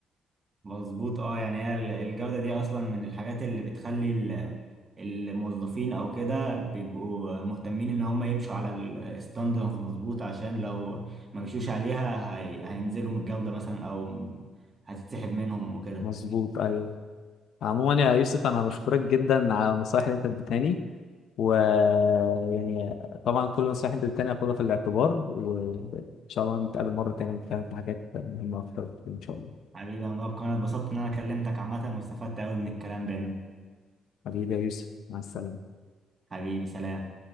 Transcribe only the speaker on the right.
مظبوط اه يعني هي ال- الجودة دي اصلا من الحاجات اللي بتخلي ال- الموظفين او كده بيبقوا مهتمين ان هم يمشوا على الستاندرز مظبوط عشان لو ما مشيوش عليها هي- هينزلوا من الجودة مثلا او هتتسحب منهم وكده
حبيبي يا مبارك انا اتبسطت ان انا كلمتك عامة واستفدت قوي من الكلام بينا
حبيبي سلام